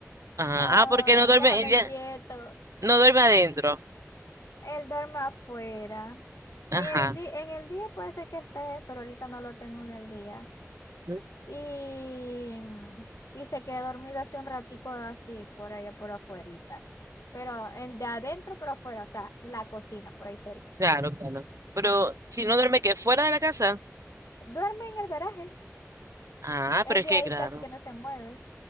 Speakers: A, on the right; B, on the left.
A: Ajá.
B: no,
A: Ah, porque no duerme,
B: déjame
A: ella
B: quieto.
A: no duerme adentro.
B: Él duerme afuera.
A: Ajá.
B: En el di- en el día puede ser que esté, pero ahorita no lo tengo en el día.
A: ¿no?
B: Y, y se quedó dormido hace un ratico así, por allá por afuerita. Pero el de adentro, pero afuera, o sea, la cocina, por ahí cerca.
A: Claro, claro. Pero si no duerme qué fuera de la casa.
B: Duerme en el garaje.
A: Ah,
B: El
A: pero es
B: de
A: que,
B: ahí
A: claro.
B: casi que no se mueve.